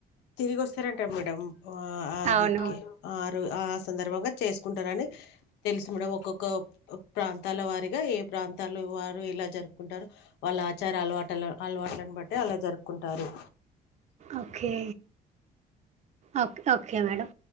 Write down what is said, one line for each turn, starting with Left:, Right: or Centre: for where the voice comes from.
Left: తిరిగి వస్తారంటా మేడం ఓ ఆది
Right: అవును
Left: కె ఓ అది రు ఆ స్ సందర్భంగా చేసుకుంటారని తెలుసు మేడం ఒక్కొక్క ఒక ప్రాంతాల వారిగా ఏ ప్రాంతాల వారు ఇలా జరుపుకుంటారు. వాళ్ళ ఆచార అలవాటా అలవాట్లను బట్టి అలా జరుపుకుంటారు.
Right: Okay okay okay madam